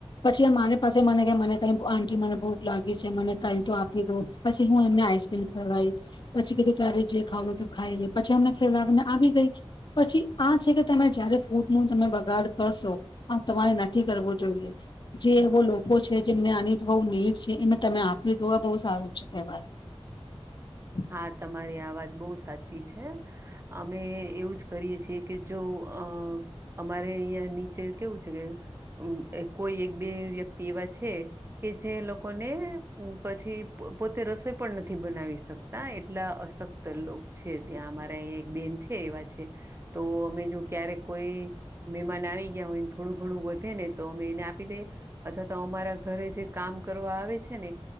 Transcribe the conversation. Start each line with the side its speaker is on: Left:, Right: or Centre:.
Left: પછી મારી પાસે મને કે મને કાઈ આંટી મને ભૂખ લાગી છે મને કાઈ તો આપી દો. પછી હું એમને આઈસક્રીમ ખવરાઈ. પછી કીધું ત્યારે જે ખાવું હોય તું ખાઈ લે. પછી એમને <unintelligible> ને આવી ગઈ. પછી આ છે કે તમે જયારે ફૂડ નું તમે બગાડ કરશો, આ તમારે નથી કરવું જોઈએ. જે એવો લોકો છે જેમને આની બહું નીડ છે એને તમે આપી દો આ બહુ સારું છે. <unintelligible>
Right: હા તમારી આ વાત બહુ સાચી છે. અમે એવું જ કરીએ છીએ કે જો અહ અમારે અહીંયા નીચે કેવું છે કે ઉમ્મ કોઈ એક બે વ્યક્ત તી એવા છે કે જે લોકોને પછી પોતે રસોઈ પણ નથી બનાવી શક તા એટલા અશક્ત લોક છે ત્યાં અમારા અહીં એક બેન છે એવા છે, તો અમે જો ક્યારેક કોઈ મહેમાન આવી ગયા હોય થોડું ઘણું વધે ને તો અમે એને આપી દઈ, અથવા તો અમારા ઘરે જે કામ કરવા આવે છે ને